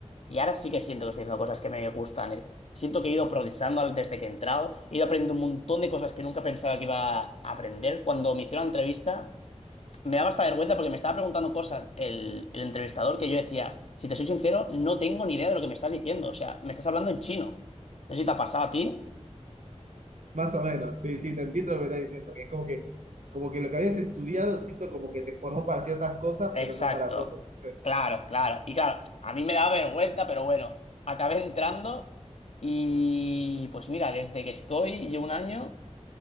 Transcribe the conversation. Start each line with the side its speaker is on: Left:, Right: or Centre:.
Left: y ahora sí que siento que estoy haciendo cosas que me gustan. eh. Siento que he ido progresando al- desde que he entrado, he ido aprendiendo un montón de cosas que nunca pensaba que iba a aprender. Cuando me hicieron la entrevista, me daba hasta vergüenza porque me estaba preguntando cosas el, el entrevistador que yo decía, si te soy sincero, no tengo ni idea de lo que me estás diciendo. O sea, me estás hablando en chino. No sé si te ha pasado a ti.
Right: más o menos, sí, sí, te entiendo lo que estás diciendo, que es como que, como que lo que habías estudiado, siento como que te formó para ciertas cosas,
Left: Exacto.
Right: pero no para todo, ¿viste?
Left: Claro, claro. Y claro, a mí me da vergüenza, pero bueno, acabé entrando y pues mira, desde que estoy, llevo un año,